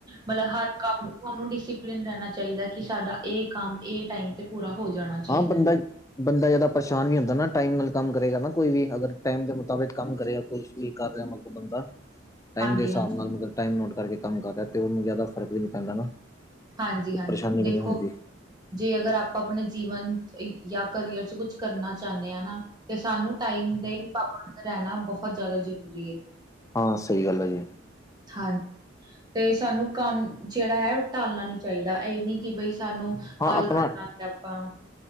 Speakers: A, on the right; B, on the left.
A: ਮਤਲਬ, ਹਰ ਕੰਮ ਤੁਹਾਨੂੰ, ਡਿਸੀਪਲੀਨ ਰਹਿਣਾ ਚਾਹੀਦਾ ਕਿ, ਸਾਡਾ ਇਹ ਕੰਮ ਇਹ ਟਾਈਮ ਤੇ ਪੂਰਾ ਹੋ ਜਾਣਾ ਚਾਹੀਦਾ।
B: ਹਾਂ ਬੰਦਾ ਬੰਦਾ ਜ਼ਿਆਦਾ ਪਰੇਸ਼ਾਨ ਨਹੀ ਹੁੰਦਾ ਨਾ, ਟਾਈਮ ਨਾਲ ਕੰਮ ਕਰੇਗਾ ਨਾ ਕੋਈ ਵੀ, ਅਗਰ ਟਾਈਮ ਦੇ ਮੁਤਾਬਿਕ ਕੰਮ ਕਰੇਗਾ ਕੁਛ ਵੀ ਕਰ ਰਿਹਾ, ਮਤਲਬ ਬੰਦਾ।
A: <unintelligible>
B: ਟਾਈਮ ਦੇ ਹਿਸਾਬ
A: ਹਾਂਜੀ
B: ਨਾਲ ਮਤਲਬ, ਟਾਈਮ ਨੋਟ ਕਰਕੇ ਕੰਮ ਕਰ ਰਿਹਾ ਤੇ, ਉਹਨੂੰ ਜਿਆਦਾ ਫਰਕ ਵੀ ਨ ਪੈਂਦਾ ਨਾ।
A: ਹਾਂਜੀ-ਹਾਂਜੀ,
B: ਪਰੇਸ਼ਾਨੀ ਵੀ
A: ਦੇਖੋ,
B: ਨਹੀਂ ਹੁੰਦੀ
A: ਜੇ ਅਗਰ ਆਪਾਂ ਆਪਣੇ ਜੀਵਨ ਯਾ ਕਰੀਅਰ'ਚ ਕੁਛ ਕਰਨਾ ਚਾਹਨੇ ਹਾਂ ਨਾ, ਤੇ ਸਾਨੂੰ ਟਾਈਮ ਦੇ ਪਾਬੰਦ ਰਹਿਣਾ ਬਹੁਤ ਜ਼ਿਆਦਾ ਜ਼ਰੂਰੀ ਏ।
B: ਹਾਂ, ਸਹੀ ਗੱਲ ਆ ਜੀ।
A: ਹਾਂ, ਤੇ ਸਾਨੂੰ ਕੰਮ ਜਿਹੜਾ ਹੈ ਟਾਲਣਾ ਨੀ ਚਾਹੀਦਾ। ਇਹ ਨੀ ਕਿ ਬਈ, ਸਾਨੂੰ
B: ਹਾਂ
A: ਕੱਲ
B: ਆਪਣਾ
A: ਕਰਨਾ ਸੀ ਆਪਾਂ